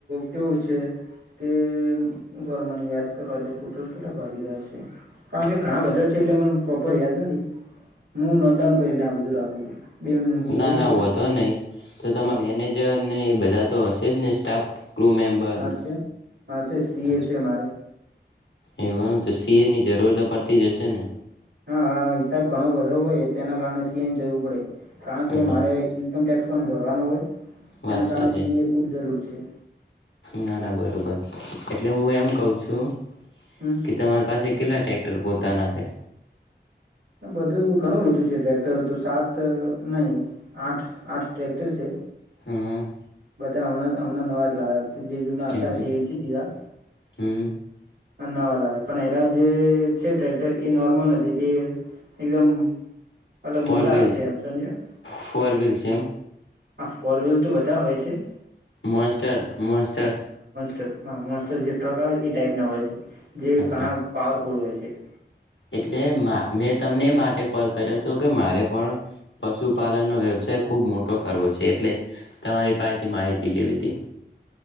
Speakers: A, on the right; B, on the left.
A: કેવું છે કે ઉભા રે મને યાદ કરવા ડે ટોટલ કેટલા ભાગીદાર છે કારણ કે ઘણા બધા છે એટલે મને પ્રોપર યાદ નથી હું નોટડાઉન કરીને આ બધું રાખું છું. બે મિનિટ હું
B: ના
A: જોઈ
B: ના
A: લઉં
B: વધો નઈ તો તમે મેનેજ જેવા નઈ બધા તો હશે જ ને સ્ટાફ. ક્રૂ મેમ્બરને
A: હા છે હા છે સી
B: અચ્છા
A: એ છે મારે.
B: એવું એમ તો સી એ ની જરૂર પડતી જશે ને?
A: હા હિસાબ ઘણો બધો હોય તેના કારણે સી એ ની જરૂર પડે કારણ કે
B: અચ્છા
A: મારે ઇન્કમ ટેક્સ પણ ભરવા નો હોય.
B: વાત
A: એના
B: સાચી
A: કારણે સી એ ની ખુબ જરૂર છે.
B: ના ના બરોબર એટલે હું એમ કહું છું
A: હમ
B: કે તમારી પાસે કેટલા ટ્રેક્ટર પોતાના છે?
A: ને બધું ઘણું બધું ટ્રેક્ટર તો સાત નહી આઠ આઠ ટ્રેક્ટર છે.
B: હ હ.
A: બધા હમણાં હમણાં નવા જ લાવ્યા. જે જૂના હતા
B: એવું એમ
A: તે વેચી દીધા.
B: હં
A: નવા લાવ્યા પણ હરા જે છે ટ્રેક્ટર એ નોર્મલ નથી તે એકદમ અલગ
B: ફોર
A: મોટા
B: વ્હીલ
A: છે એમ સમજ્યા.
B: ફોર વ્હીલ છે એમ
A: હા ફોર વ્હીલ તો બધા હોય છે.
B: મોઇસ્ટર મોઇસ્ટર.
A: તો હા મોસ્ટર જેટલાં કાંઈ ઈ ટાઈપ ના હોય છે. જેવું
B: અચ્છા
A: ઘણા પાવરફુલ હોય છે. છે.
B: એટલે માં મેં તમને એ માટે કોલ કર્યો તો કે મારે પણ પશુપાલનનો વ્યવસાય ખુબ મોટો કરવો છે એટલે તમારી પાહેથી માહિતી લેવી તી